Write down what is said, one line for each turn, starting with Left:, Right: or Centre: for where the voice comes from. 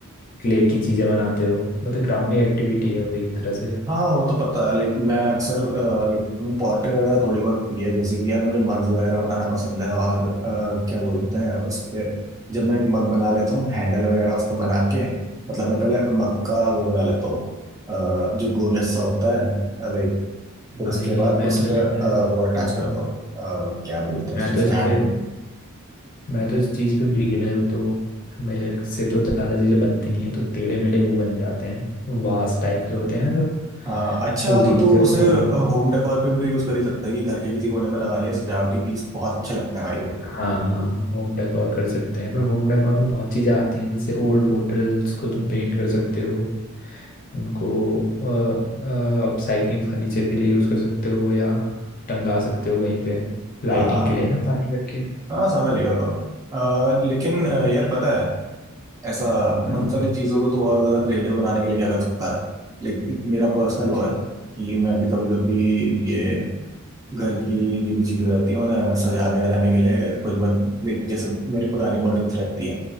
Left: क्ले की चीज़ें बनाते हो मतलब ग्राउंडिंग एक्टिविटी है वो एक तरह से
Right: हाँ वो तो पता है लाइक मैं अक्सर लाइक पॉटरी वगैरह थोड़ी बहुत की है जैसे कि यार मुझे मग्स वगैरह बनाना पसंद है और अ, क्या बोलते
Left: हम्म।
Right: हैं उस पे जब मैं एक मग बना लेता हूँ हैंडल वगैरह उसको बना के मतलब मैं पहले मग का वो बना लेता हूँ अ, जो गोल हिस्सा होता है लाइक फिर
Left: भाई
Right: उसके बाद
Left: मैं
Right: उस
Left: तो इसमें
Right: पे अ,
Left: हम्म,
Right: वो अटैच करता हूँ अ, क्या बोलते हैं उस
Left: मैं
Right: चीज़
Left: तो इस
Right: को हैंडल
Left: पे मैं तो इस चीज़ पे बिगिनर हूँ तो मेरे से तो ज़्यादा चीज़ें बनती नहीं है तो टेढ़े मेढ़े वो बन जाते हैं वास टाइप के होते हैं ना जो
Right: हाँ अच्छा
Left: तो व्हील
Right: तो तू
Left: जब
Right: उसे
Left: होम
Right: होम डेकोर पे भी तो यूज़ कर ही सकता है कि घर के किसी कोने में लगा लिया सजावटी पीस बहुत अच्छा लगता है भाई वो
Left: हाँ हाँ होम डेकोर कर सकते हैं पर होम डेकोर में बहुत चीज़ें आती हैं जैसे ओल्ड बोटल्स को तुम पेंट कर सकते हो उनको अपसाइकलिंग फर्नीचर के लिए यूज़ कर सकते हो या टंगा सकते हो कहीं पे लाइटिंग
Right: हाँ
Left: के लिए ना पानी भर के
Right: हाँ समझ गया तो अ, लेकिन अ, यार पता है ऐसा
Left: हाँ
Right: उन सारी चीज़ों को तो और ज़्यादा क्रिएटिव बनाने के लिए क्या कर सकता है लेकिन मेरा पर्सनल
Left: अच्छा
Right: वो है कि मैं भी कभी कभी ये घर की जो भी चीज़ें रहती हैं उन्हें सजाने वजाने के लिए कुछ मत लाइक जैसे मेरी पुरानी बॉटल्स रहती है